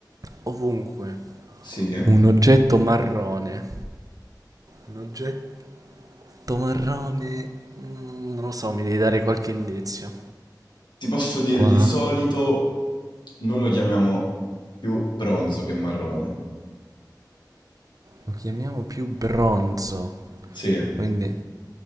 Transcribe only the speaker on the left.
sì.
Ti posso dire,
di solito noi lo chiamiamo più bronzo che marrone.
Sì,